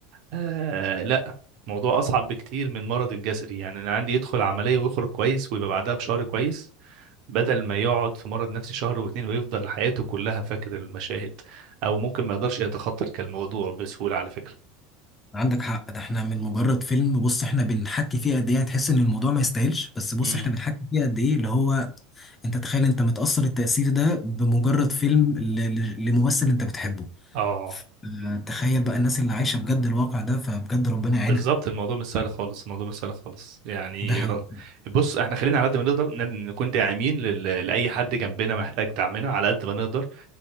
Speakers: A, on the right; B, on the left.
A: آه لا موضوع أصعب بكتير من مرض الجسدي يعني أنا عندي يدخل عملية ويخرج كويس ويبقى بعدها بشهر كويس بدل ما يقعد في مرض نفسي شهر واتنين ويفضل حياته كلها فاكر المشاهد أو ممكن ما يقدرش يتخطى الموضوع بسهولة على فكرة
B: عندك حق ده احنا من مجرد فيلم بص احنا بنحكي فيه قد ايه هتحس ان الموضوع ما يستاهلش بس بص
A: امم
B: احنا بنحكي فيه قد ايه اللي هو انت تخيل انت متأثر التأثير ده بمجرد فيلم ل- ل- لممثل انت بتحبه
A: اه
B: اه، تخيل بقى الناس اللي عايشة بجد الواقع ده فبجد ربنا يعينها
A: بالظبط الموضوع مش سهل خالص الموضوع مش سهل خالص يعني
B: ده حقيقي
A: ر- بص احنا خلينا على قد ما نقدر ن- نكون داعمين لل- لأي حد جنبنا محتاج دعمنا على قد ما نقدر